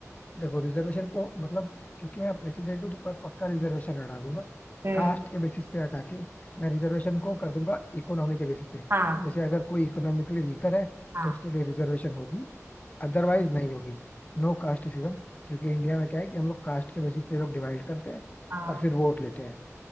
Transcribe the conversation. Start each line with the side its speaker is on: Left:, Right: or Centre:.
Left: देखो रिजर्वेशन को मतलब क्योंकि मैं प्रेसिडेंट हूँ तो प- पक्का रिजर्वेशन हटा दूंगा
Right: हम्म
Left: कास्ट के बेसिस पे हटा के मैं रिजर्वेशन को कर दूंगा इकोनॉमी के बेसिस पे
Right: हाँ
Left: जैसे अगर कोई इकोनॉमिकली वीकर है
Right: हाँ
Left: तो उसके लिए रिजर्वेशन होगी अदरवाइज नहीं होगी No casteism क्योंकि इंडिया में क्या है कि हम लोग कास्ट के बेसिस पे लोग डिवाइड करते हैं
Right: हाँ
Left: और फिर वोट लेते हैं